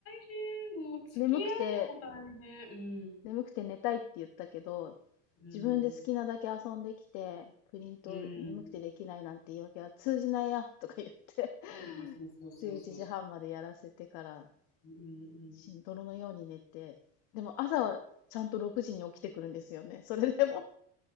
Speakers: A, on the left; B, on the left.
A: 変、もう付き合うのも大変。
B: 眠くて、
A: うん。
B: 眠くて寝たいって言ったけど、
A: うん。
B: 自分で好きなだけ遊んできて、プリント眠くてできないなんて言い訳は通じないや、
A: うん。
B: とか言って、
A: いや、そうそうそうそうそ
B: 11時半までやらせてから
A: う。うんうん。
B: しんどろのように寝て、でも朝はちゃんと6時に起きてくるんですよね。それでも